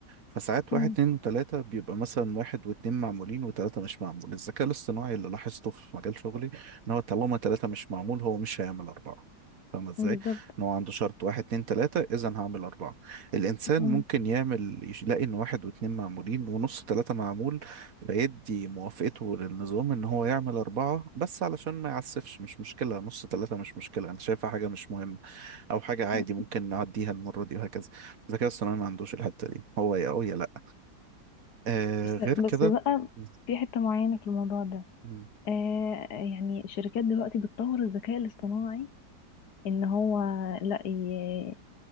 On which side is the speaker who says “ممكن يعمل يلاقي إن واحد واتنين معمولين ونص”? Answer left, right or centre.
Right